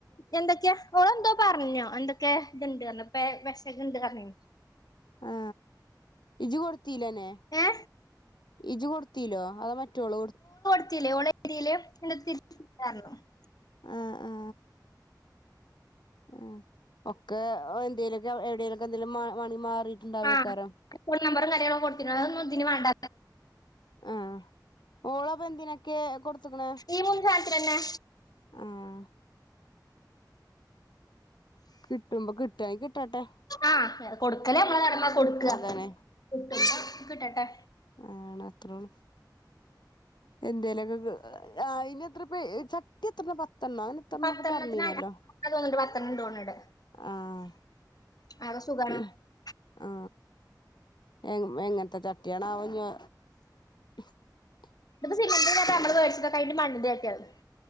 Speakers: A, on the left; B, on the left.
A: എന്തൊക്കെയാ ഓളെന്തോ പർഞ്ഞു എന്തൊക്കെ ത്ണ്ട്ർന്ന് ഏ പെഷക്ണ്ട്ർഞ്ഞീനി
B: ആ ഇജ്ജ് കൊടുത്തിലന്നെ
A: ഏ
B: ഇജ്ജ് കൊടുത്തീലോ അത് മറ്റോള് കൊ
A: ത്തീലെ ഓളെ തീല് <unintelligible>
B: ആ ആ ആ ഒക്കെ എന്തേലൊക്കെ എവിടേലൊക്കെ എന്തേലും മ മാണി വീട്ടുണ്ടാവെക്കാരം
A: ആഹ് ഫോൺ നമ്പറും കാര്യങ്ങളും കൊടുത്തിനു അഹൊന്നും ഇതിന് വാണ്ട
B: ആഹ് ഓളപ്പൊ എന്തിനൊക്കെ കൊടുത്ത്ക്ക്ണ്
A: ഈ മുൻ രാത്രന്നെ
B: ആഹ് കിട്ടുമ്പോ കിട്ടാണെങ്കി കിട്ടട്ടെ
A: ആഹ് കൊടുക്കലേ നമ്മള കടമ്മ കൊടുക്കുക
B: അതാണ്
A: കൊ കിട്ടട്ടേ
B: ആണ് ത്രം എന്തേലു ഒക്കെ. <unintelligible> ആഹ് അയ്ന് എത്ര <unintelligible> പേ ചപ് പ എത്രണ പത്തെണ്ണം അ <unintelligible> ന് എത്രണ്ണൊക്കെ
A: പത്തെണ്ണത്തിന്
B: പറഞ്ഞീനല്ലോ
A: തോന്നുന്നുണ്ട് പത്തെണ്ണം തോന്നുന്നുണ്ട്
B: ആഹ്
A: അതൊക്കെ സുഖാണ്
B: പി ആ എ എങ്ങനത്തെ ചട്ടിയണ വേഞ്ഞ് <unintelligible>
A: ഇപ്പ സിമന് നമ്മള് <unintelligible> ച്ചക്ക കി് മണ്ണിക്ക <unintelligible>